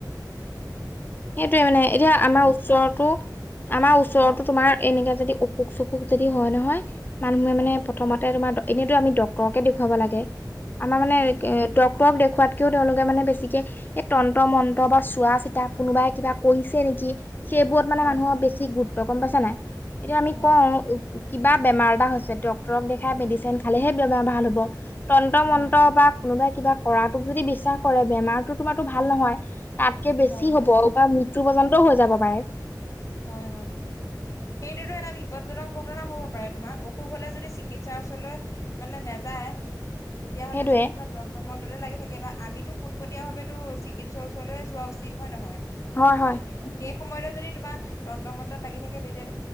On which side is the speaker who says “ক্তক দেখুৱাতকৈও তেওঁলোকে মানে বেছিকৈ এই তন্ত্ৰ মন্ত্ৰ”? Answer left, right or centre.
Left